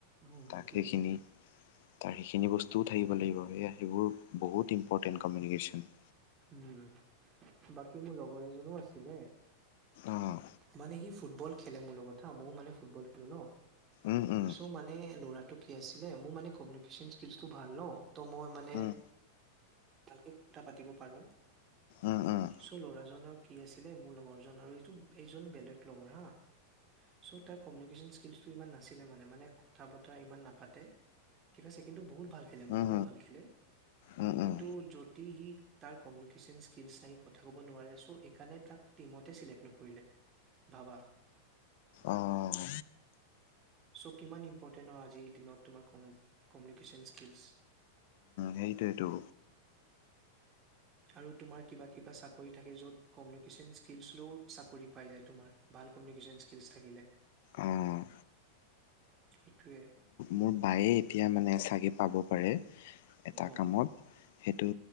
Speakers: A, on the right; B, on the left.
A: অ
B: তাক
A: সেইটোয়ে
B: সেইখিনি তাৰ সেইখিনি বস্তুও থাকিব লাগিব। সেয়া সেইবোৰ বহুত ইম্পৰ্টেণ্ট কমিউনিকেশ্যন।
A: উম, বাকী মোৰ লগৰ এজনো আছিলে।
B: অঁ
A: মানে সি ফুটবল খেলে মোৰ লগত ময়ও মানে ফুটবল খেলো ন।
B: উম উম
A: চ' মানে ল'ৰাটো কি আছিল মোৰ মানে কমিউনিকেশ্যন স্কিলটো ভাল ন ত মই মানে
B: উম
A: ভালকে কথা পাতিব পাৰোঁ।
B: উম উম
A: চ' ল'ৰাজনৰ কি আছিলে মোৰ লগৰ জন আৰু এইটো এইজন বেলেগ লগৰ হা। চ' তাৰ কমিউনিকেশ্যন স্কিলচটো ইমান নাছিলে মানে মানে কথা বতৰা ইমান নাপাতে। ঠিক আছে, কিন্তু বহুত ভাল খেলে মোতকৈ
B: উম
A: ভাল খেলে
B: উম উম
A: কিন্তু
B: উম
A: যতি সি তাৰ কমিউনিকেশ্যন স্কিলছ নাই কথা ক'ব নোৱাৰে চ' এইকাৰণে তাক টিমতে চিলেক্ট নকৰিলে। ভাবা।
B: অঁ
A: চ' কিমান ইম্পৰ্টেণ্ট আজিৰ দিনত তোমাৰ কমিউনিকেশ্যন স্কিলচ।
B: সেইটোৱেটো।
A: আৰু তোমাৰ কিবা, কিবা চাকৰি থাকে য'ত কমিউনিকেশ্যন স্কিলছ লৈও চাকৰি পাই যায় তোমাৰ। ভাল কমিউনিকেশ্যন স্কিলছ থাকিলে।
B: অ'।
A: সেইটোৱে।
B: মোৰ বায়ে এতিয়া মানে চাগে পাব পাৰে এটা
A: অ
B: কামত সেইটো